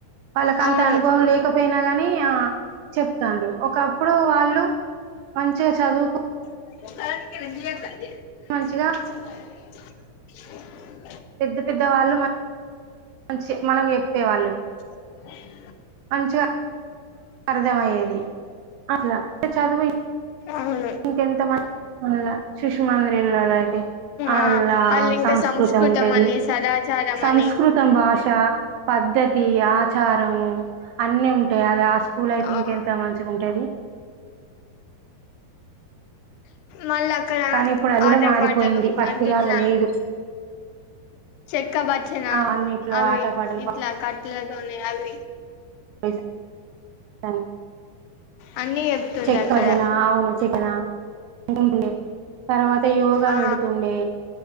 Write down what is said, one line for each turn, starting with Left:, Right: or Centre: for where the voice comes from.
Right: వాళ్ళకంత
Left: అవును
Right: అనుభవం లేకపోయినా గాని ఆ చెప్తారు ఒకప్పుడు వాళ్ళు మంచిగా చదువుకు
Left: రంగడి
Right: మంచిగా పెద్ద పెద్దవాళ్ళు మంచి మనం చెప్పేవాళ్ళు
Left: అ
Right: మంచిగా అర్థంమయ్యేది అసలా చదువు
Left: అవును
Right: ఇంకెంత మంచి అ సుష్మా అంద్రి ఇల్యి అలా
Left: ఆ వాళ్ళు ఇంకా
Right: సంస్కృతం ఉంటది
Left: అని సదాచారం
Right: సంస్కృతం
Left: అని
Right: భాష పద్ధతి ఆచారము అన్నిీ ఉంటాయి అది ఆ స్కూల్ అయితే
Left: ఆ
Right: ఇంక ఎంత మంచిగా ఉంటుది
Left: మళ్ళీ అక్కడ
Right: కానీ ఇప్పుడు అది కూడా
Left: ఆట
Right: మారిపోయింది
Left: పాటలు
Right: ఫస్ట్
Left: అంటిట్లా
Right: లాగా లేదు
Left: చెక్కప్ వచ్చిన
Right: ఆ అన్నిట్లో
Left: అవి
Right: ఆటపాటలు
Left: ఇట్లా కట్టలతోనే అవి
Right: పసా స
Left: అన్ని చెప్తుండే
Right: చెక్క
Left: అక్కడ
Right: జనా అవును చెక్కనా ము తర్వాత యోగా
Left: ఆ
Right: వెడుుతుండే